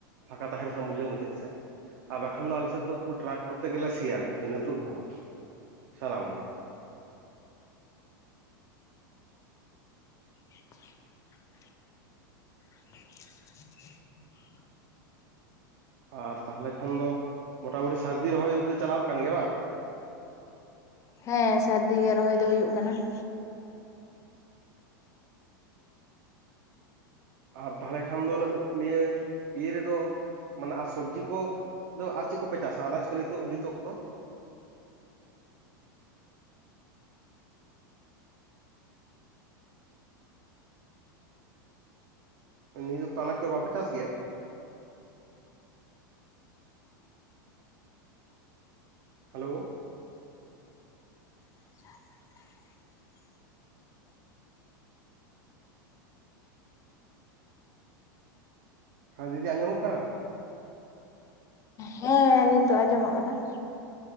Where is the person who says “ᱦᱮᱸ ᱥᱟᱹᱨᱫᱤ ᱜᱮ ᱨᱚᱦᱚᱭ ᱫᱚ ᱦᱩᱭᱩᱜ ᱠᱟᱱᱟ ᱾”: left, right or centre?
Left